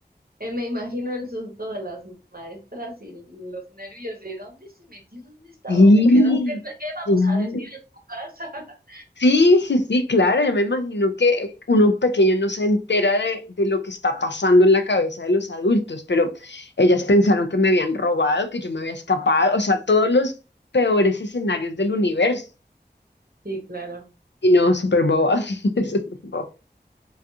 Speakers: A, on the right; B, on the left.
A: Eh, me imagino el susto de las maestras y los nervios de dónde se metió, dónde está,
B: Sí,
A: dónde quedó, qué, no, qué vamos
B: claro.
A: a decir en tu casa. <laughs>
B: Sí, sí, sí, claro, yo me imagino que uno pequeño no se entera de, de lo que está pasando en la cabeza de los adultos, pero ellas pensaron que me habían robado, que yo me había escapado, o sea, todos los peores escenarios del universo.
A: Sí, claro.
B: Y no, súper boba, <laughs> súper boba,